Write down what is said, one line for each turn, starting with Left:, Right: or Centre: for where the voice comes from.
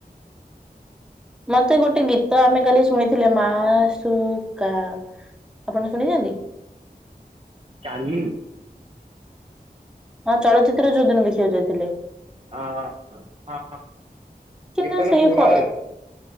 Centre: ମତେ ଗୋଟେ ଗୀତ ଆମେ କାଲି ଶୁଣିଥିଲେ ମାସୁକା। ଆପଣ ଶୁଣିଚନ୍ତି?
Right: କାଲି?
Centre: ହଁ। ଚଳଚ୍ଚିତ୍ର ଯୋଉଦିନ ଦେଖିବାକୁ ଯାଇଥିଲେ।
Right: ଆ ହା ହଁ ହ
Centre: କିନ୍ତୁ
Right: ଗୀତ
Centre: ସେଇ
Right: ଟା ପୁରା
Centre: ଫ